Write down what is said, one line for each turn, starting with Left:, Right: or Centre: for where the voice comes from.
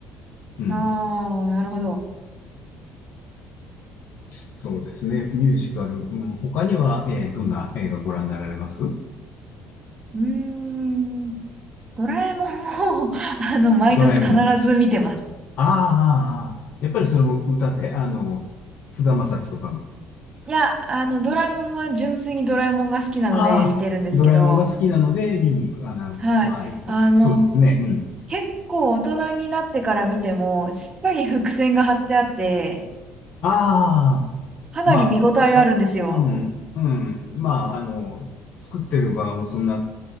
Left: うん。
Right: ああ、なるほど。
Left: そうですね、ミュージカル。うん、他には、えーどんな映画ご覧になられます
Right: うーん。ドラえもんを <laughs>、あの、毎年必ず見てます。
Left: ドラえもん。ああ、ああああやっぱりそれも歌で、あの、菅田将暉とかの。
Right: いや、あの、ドラえもんは純粋にドラえもんが好きなので見てるんですけど、
Left: ああ、ドラえもんが好きなので見に行く。あ、なるほど。
Right: はい。
Left: ああ、いいそうですね。
Right: あの、
Left: うん。
Right: 結構大人になってから見ても、しっかり伏線が張ってあって、
Left: ああ、
Right: かなり見応えあるんですよ。
Left: まあ、あ、あ、うん、うん。まあ、あの、す作ってる側もそんな、